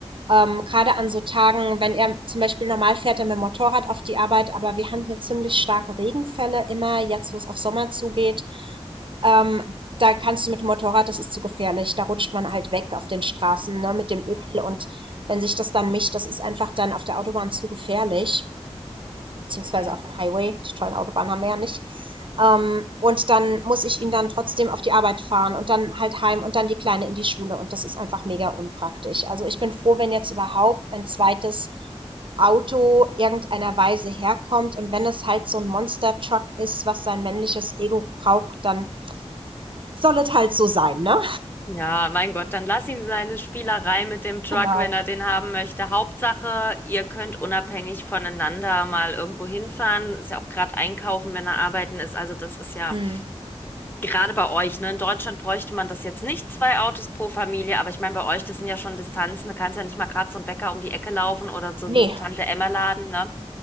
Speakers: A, on the right (about 50°); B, on the left (about 20°).
A: Ähm, gerade an so Tagen, wenn er zum Beispiel normal fährt dann mit dem Motorrad auf die Arbeit, aber wir haben hier ziemlich starke Regenfälle immer, jetzt wo es auf Sommer zugeht. Ähm, da kannst du mit dem Motorrad, das ist zu gefährlich, da rutscht man halt weg auf den Straßen ne, mit dem Öl und wenn sich das dann mischt, das ist einfach dann auf der Autobahn zu gefährlich beziehungsweise
B: Ja.
A: auf dem Highway, die tollen Autobahnen haben wir ja nicht. Ähm, und dann muss ich ihn dann trotzdem auf die Arbeit fahren und dann halt heim und dann die Kleine in die Schule. Und das ist einfach mega unpraktisch. Also ich bin froh, wenn jetzt überhaupt ein zweites Auto irgendeiner Weise herkommt. Und wenn es halt so ein Monster-Truck ist, was sein männliches Ego braucht, dann soll es
B: Mhm.
A: halt so sein, ne?
B: Mhm. Ja, mein Gott, dann lass ihm seine Spielerei mit dem Truck,
A: Genau.
B: wenn er den haben möchte. Hauptsache, ihr könnt unabhängig voneinander mal irgendwo hinfahren. Ist ja auch gerade einkaufen, wenn er arbeiten ist. Also das ist ja.
A: Hm.
B: Gerade bei euch, ne? In Deutschland bräuchte man das jetzt nicht, zwei Autos pro Familie, aber ich meine, bei euch, das sind ja schon Distanzen, du kannst ja nicht mal gerade zum Bäcker um die Ecke laufen oder so
A: Nee,
B: einem Tante-Emma-Laden, ne?